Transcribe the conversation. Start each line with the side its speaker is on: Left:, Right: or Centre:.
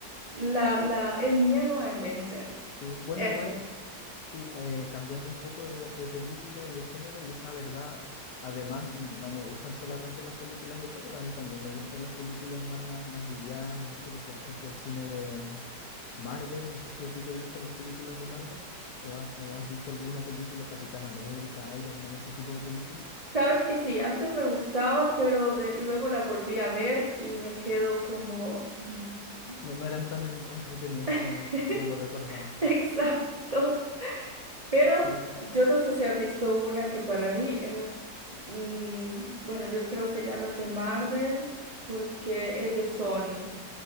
Right: la, la, el miedo a envejecer.
Left: Sí, bueno,
Right: Eso.
Left: igual, sí, eh, cambiando un poco de, de película y de género, yo la verdad, además, no me gustan solamente las películas de terror, a mí también me gustan las películas más, más livianas, no sé, pues por ejemplo el cine de mm, Marvel, no sé si a ti te gustan las películas de Marvel o has, o has visto alguna película, Capitán América, Iron Man, ese tipo de películas.
Right: Sabes que sí, antes me gustaba, pero de, luego la volví a ver y me quedo como... mm,
Left: No, no eran tan en- entretenidas
Right: <laughs>
Left: como, como lo recordaba.
Right: Exacto. Pero
Left: Sí,
Right: yo no sé si has visto una que para mí, eh, mm, bueno, yo creo que ya no es de Marvel porque es de Sony,